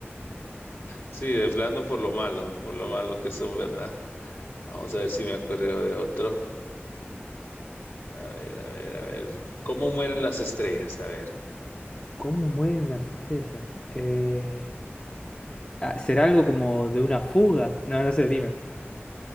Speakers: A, on the left (about 60°); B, on the left (about 25°).
A: Sí, de plano por lo malo, por lo malo que son, ¿verdad? Vamos a ver si me acuerdo de otro. A ver, a ver, a ver. ¿Cómo mueren las estrellas? A ver,
B: ¿Cómo mueren las estrellas? Eh, ah, ¿será algo como de una fuga? No, no sé, dime.